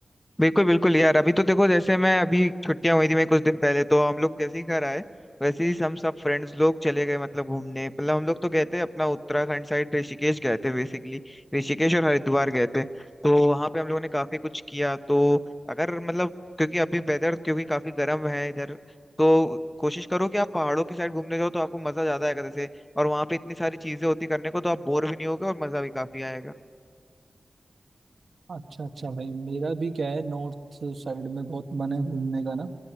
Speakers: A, on the left (about 15°); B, on the right (about 70°).
A: बिल्कुल बिल्कुल यार अभी तो देखो जैसे मैं अभी छुट्टियां हुई थी मैं कुछ दिन पहले तो हम लोग जैसे ही घर आए वैसे ही हम सब फ्रेंड्स लोग चले गए मतलब घूमने मतलब हम लोग तो गए थे अपना उत्तराखंड साइड ऋषिकेश गए थे बेसिकली ऋषिकेश और हरिद्वार गए थे तो वहां पे हम लोगों ने काफी कुछ किया तो अगर मतलब क्योंकि अभी वेदर क्योंकि काफी गर्म है इधर तो कोशिश करो कि आप पहाड़ों की साइड घूमने जाओ तो आपको मजा ज्यादा आएगा जैसे और वहां पे इतनी सारी चीजें होती करने को तो आप बोर भी नहीं होगे और मजा भी काफी आएगा
B: अच्छा अच्छा भाई मेरा भी क्या है नॉर्थ साइड में बहुत मन है घूमने का ना